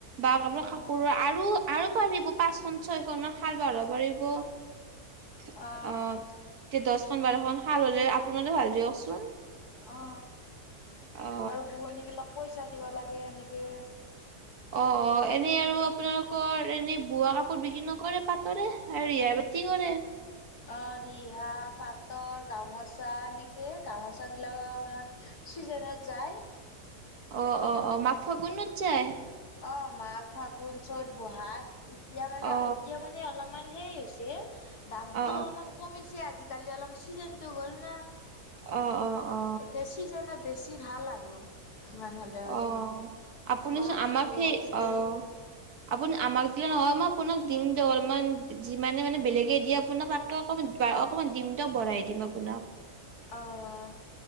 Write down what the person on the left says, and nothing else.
অঁ
অঁ
অ।
আৰু বুৱনীগিলাক পইচা দিব লাগে এনেকে
অ ৰিহা পাটৰ গামোচ চা এনেকে গামোচা গিলা চিজনত যায়।
অ মাক ফাগুন চ'ত বহাগ এতিয়া মানে
এতিয়া মানে অলপমান হেই হৈছে। যে। দামতো
অলপমান কমিছে আজি। কালি অলম চিজেন্তটো গ'ল না।
এতিয়া ছিজনত বেছি ভাল লাত। আৰু মানে ভালে আৰু
বহাগৰ
বিহু
তেতেই
অ'